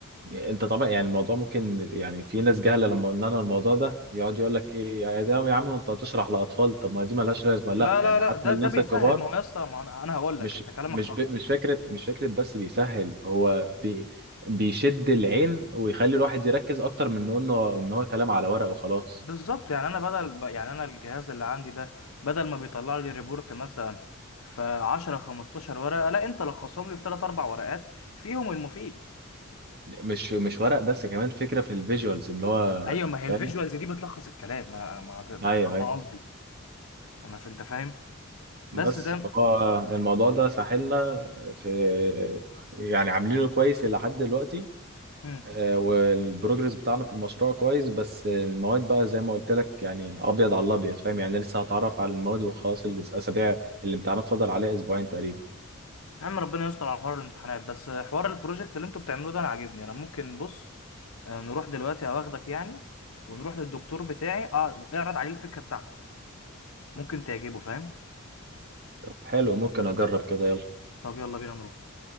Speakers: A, on the right; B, on the left.
A: انت طبعا يعني الموضوع ممكن يعني في ناس جهله لما قلنا لها الموضوع ده يقعد يقول لك ايه يا ده يا عم انت هتشرح لاطفال طب ما دي ملهاش لازمه لا
B: لا
A: يعني
B: لا لا
A: حتى
B: ده
A: الناس
B: ده بيسهل
A: الكبار
B: ما هو يا اسطى ما انا أنا هقول
A: مش
B: لك انت كلامك
A: مش
B: صح
A: ب... مش فكره مش فكره بس بيسهل هو بي... بيشد العين ويخلي الواحد يركز اكتر من انه ان هو كلام على ورق وخلاص
B: بالظبط يعني انا بدل ب- يعني انا الجهاز اللي عندي ده بدل ما بيطلع لي ريبورت مثلا في 10 15 ورقه لا انت لخصهم لي في 3 4 ورقات فيهم المفيد
A: مش مش ورق بس كمان فكره في الفيجوالز اللي هو
B: ايوه ما هي
A: فاهم
B: الفيجوالز دي بتلخص الكلام ما ما ده ما
A: ايوه
B: ده
A: ايوه
B: أنا قصدي انا ف- انت فاهم بس
A: بس
B: زي
A: فهو
B: ما-
A: الموضوع ده ساحلنا في يعني عاملينه كويس إلى حد دلوقتي
B: مم.
A: آه، والبروجرس بتاعنا في المشروع كويس بس المواد بقى زي ما قلت لك يعني ابيض على الابيض فاهم يعني لسه هتعرف على المواد وخلاص الاسابيع الامتحانات فاضل عليها اسبوعين تقريبا
B: يا عم ربنا يستر على حوار الامتحانات بس حوار البروجكت اللي انتوا بتعملوه ده انا عاجبني انا ممكن بص آه، نروح دلوقتي هواخدك يعني ونروح للدكتور بتاعي اه اعرض عليه الفكره بتاعتك ممكن تعجبه فاهم
A: طب حلو ممكن اجرب كده يلا
B: طب يلا بينا نروح